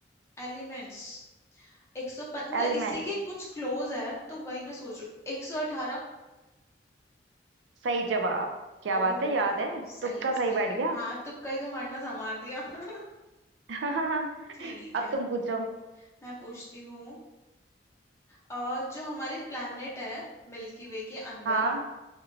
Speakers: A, on the left (about 15°); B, on the right (about 85°).
A: एलिमेंट्स एक सौ मतलब
B: एलिमेंट्स
A: इसी के कुछ क्लोज है तो वही मैं सोच रही हूँ। एक सौ अठारह
B: सही जवाब क्या
A: ओ
B: बात है याद है
A: सही
B: तुक्का
A: है
B: सही
A: सही
B: बैठ
A: है
B: गया
A: हाँ तुक्का ही तो मारना था मार दिया <laughs>
B: <laughs>
A: ठीक
B: अब
A: है
B: तुम पूछो
A: मैं पूछती हूँ अ, जो हमारे प्लैनेट है मिल्की वे के अंदर
B: हाँ